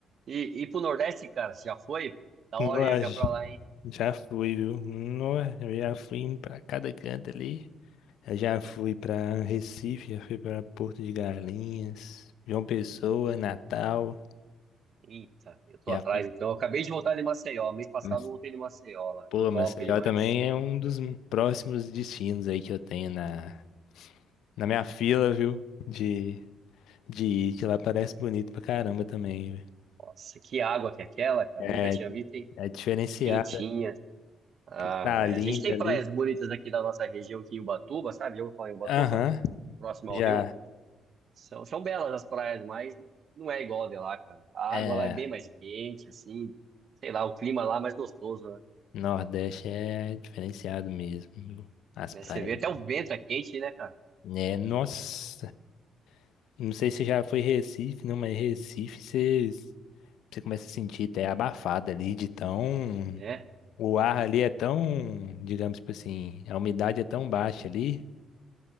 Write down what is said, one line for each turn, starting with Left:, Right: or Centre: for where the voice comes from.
Right: E, e pro Nordeste, cara, você já foi? Da
Left: Nossa,
Right: hora viajar pra lá, hein?
Left: já fui, viu? Nossa, eu já fui pra cada canto ali. Eu já fui pra Recife, já fui pra Porto de Galinhas, João Pessoa, Natal.
Right: Eita, eu tô
Left: Já
Right: atrás
Left: fui.
Right: então. Eu acabei de voltar de Maceió. Mês passado
Left: Mas,
Right: eu voltei de Maceió lá.
Left: pô, Maceió
Right: Top demais.
Left: também é um dos próximos destinos aí que eu tenho na, na minha fila, viu? De, de ir, que lá parece bonito pra caramba também. viu?
Right: Nossa, que água que é aquela, cara.
Left: É,
Right: Nunca tinha visto, hein?
Left: é diferenciada,
Right: Quentinha. Ah,
Left: cristalina
Right: velho. A gente tem
Left: ali.
Right: praias bonitas aqui da nossa região, aqui em Ubatuba, sabe? Já ouviu falar em Ubatuba?
Left: Aham,
Right: Próximo
Left: já.
Right: ao rio. São, são belas as praias, mas não é igual a de lá, cara. A
Left: É,
Right: água lá é bem mais quente, assim. Sei lá, o clima lá é mais gostoso, né?
Left: Nordeste é diferenciado mesmo, viu? As
Right: Né?
Left: praias.
Right: Você vê até o
Left: né
Right: vento é quente, né, cara?
Left: É, nossa. Não sei se já foi Recife, não, mas Recife você, você começa a sentir até abafado ali de tão.
Right: Né?
Left: O ar ali é tão, digamos tipo assim, a umidade é tão baixa ali